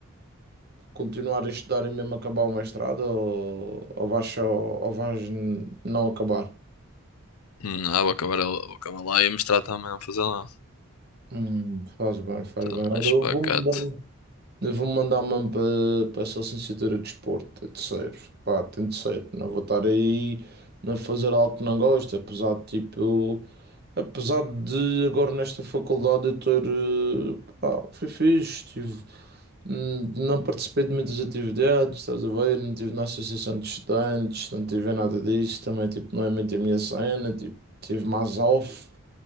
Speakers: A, on the right; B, on the left.
A: continuar a estudar e mesmo acabar o mestrado ou, ou vais só, ou vais n- não acabar?
B: Hum, Ah, vou acabar, a- vou acabar lá e a mostrar também a fazer lá.
A: Hum, faz bem, faz
B: Tudo
A: bem. Olha,
B: mais
A: eu
B: pacato.
A: vou mandar. Eu vou mandar mesmo para, para essa licenciatura de desporto, tem de ser, pá, tem de ser. Não vou estar aí a fazer algo que não gosto, apesar de tipo, apesar de agora nesta faculdade eu ter, eh, pá, foi fixe, tive, hum, não participei de muitas atividades, estás a ver, não estive na associação de estudantes, não tive em nada disso, também tipo, não é muito a minha cena, tipo, tive mais off.